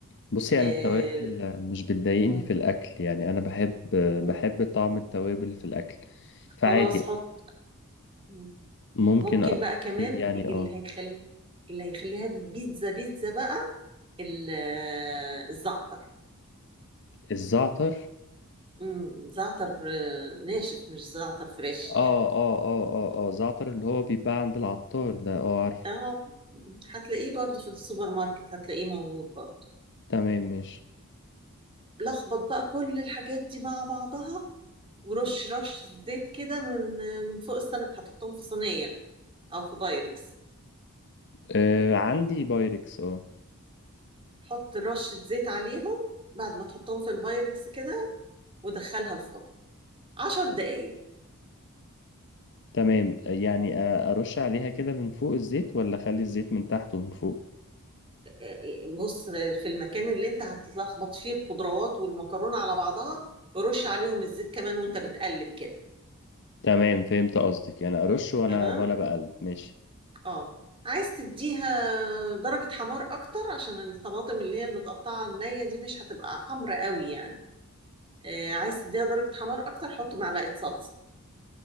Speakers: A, on the left (about 55°); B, on the right (about 25°).
A: بصي
B: آه،
A: يعني التوابل مش بتضايقني
B: م-
A: في الاكل يعني انا بحب
B: م.
A: بحب طعم التوابل في الاكل فعادي
B: خلاص حط م.
A: ممكن
B: ممكن
A: اجيب
B: بقى كمان
A: يعني اه
B: اللي هيخلي اللي هيخليها بيتزا بيتزا بقى ال- آه، الزعتر
A: الزعتر
B: مم، زعتر آه، ناشف مش زعتر فريش
A: اه
B: يعني
A: اه اه اه اه زعتر اللي هو بيتباع عند العطار ده اه عارفه
B: اه هتلاقيه برضو في السوبر ماركت هتلاقيه موجود برضو
A: تمام ماشي
B: لخبط بقى كل الحاجات دي مع بعضها ورش رش زيت كده من من فوق السمك هتحطهم في صينية او في بايركس
A: آه عندي بايركس اه
B: حط رشة زيت عليهم بعد ما تحطهم في البايركس كده ودخلها الفرن عشر دقايق
A: تمام آه، يعني آه، ارش عليها كده من فوق الزيت ولا اخلي الزيت من تحت ومن فوق
B: آه، بص آه، في المكان اللي انت هتلخبط فيه الخضروات والمكرونة على بعضها رش عليهم الزيت كمان وانت بتقلب كده
A: تمام فهمت قصدك يعني ارش وانا
B: تمام
A: وانا بقلب ماشي
B: اه عايز تديها درجة حمار اكتر عشان الطماطم اللي هي المتقطعة النية دي مش هتبقى حمرا قوي يعني آه عايز تديها درجة حمار اكتر حط معلقة صلصة